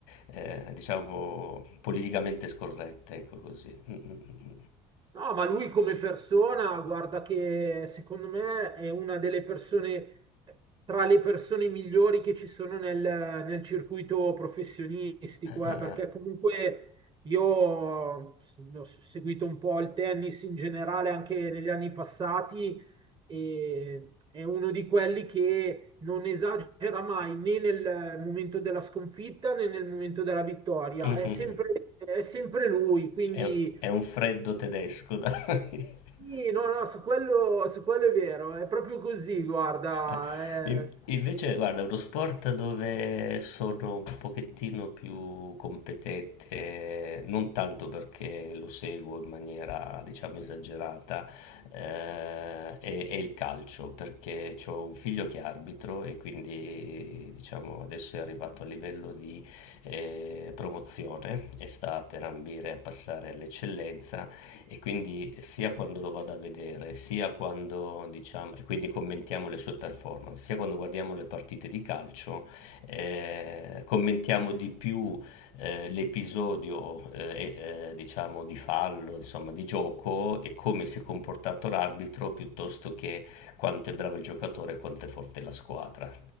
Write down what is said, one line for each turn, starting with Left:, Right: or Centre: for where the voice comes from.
Left: eh, diciamo, politicamente scorrette, ecco così. Mm, mm, mm, mm.
Right: No, ma lui come persona, guarda che secondo me è una delle persone, tra le persone migliori che ci sono nel, nel circuito professionistico,
Left: Eh, eh,
Right: eh, perché
Left: eh.
Right: comunque io ho seguito un po' il tennis in generale anche negli anni passati e è uno di quelli che non esagera mai né nel momento della sconfitta né nel momento della vittoria,
Left: Mm,
Right: è
Left: mm,
Right: sempre,
Left: mm.
Right: è sempre lui, quindi...
Left: È, è un freddo tedesco, dai. <laughs>
Right: Sì, no, no, su quello, su quello è vero, è proprio così, guarda.
Left: <laughs> In-
Right: eh,
Left: Invece, guarda, uno sport dove sono un pochettino più competente, non tanto perché lo seguo in maniera, diciamo, esagerata, eh, è, è il calcio, perché ho un figlio che è arbitro e quindi, diciamo, adesso è arrivato a livello di eh, promozione e sta per ambire a passare all'eccellenza e quindi sia quando lo vado a vedere, sia quando diciamo, e quindi commentiamo le sue performance, sia quando guardiamo le partite di calcio, eh, commentiamo di più eh, l'episodio eh, eh, diciamo di fallo, insomma di gioco e come si è comportato l'arbitro piuttosto che quanto è bravo il giocatore e quanto è forte la squadra.